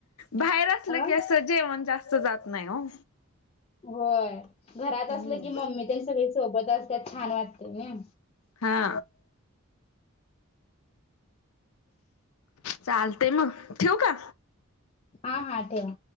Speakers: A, on the left; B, on the left.
A: बाहेर असलं
B: अ
A: की असं जेवण जास्त. जात नाही हो.
B: व्हयं घरात
A: हम्म.
B: असलं की मम्मी तेण, सगळी सोबत असत्यात छान वाटते नी.
A: हा. चालते मग ठेवू का?
B: आ हां ठेवा.